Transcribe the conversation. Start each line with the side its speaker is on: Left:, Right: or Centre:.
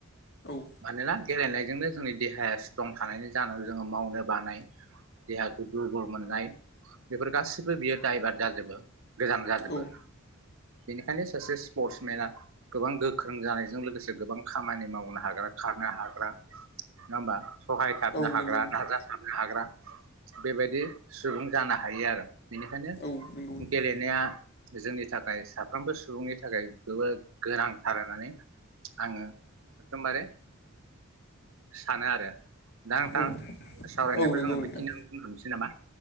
Left: नंगौ
Right: मानोना गेलेनायजोंनो जोंनि देहाया स्ट्रं थानायनि जाहोनाव जोङो मावनो बानाय देहाखौ दुरबल मोननाय बेफोर गासिबो बियो दाइभार्ट जाजोबो गोजान जाजोबो
Left: औ
Right: बेनिखायनो बेंखायनो सासे स्पर्टसमेना गोबां गोख्रों जानायजों लोगोसे गोबां खामानि मावनो हाग्रा खारनो हाग्रा नङा होमबा सहायथाबनो
Left: औ
Right: हाग्रा
Left: नंगौ नोंथां
Right: नाजाथाबनो हाग्रा बेबायदि सुबुं जानो हायो। हायो आरो बेनिखायनो
Left: औ नंगौ नोंथां औ नंगौ नोंथां
Right: गेलेनाया जोंनि थाखाय साफ्रोमबो सुबुंनि थाखाय जबोद गोनांथार होननानै आङो एखदमबारे सानो आरो दा नोंथां
Left: औ
Right: सावरायनायखौ
Left: औ नंगौ
Right: जोङो
Left: नोंथां
Right: बेखिनियावनो दोनथ'नोसै नामा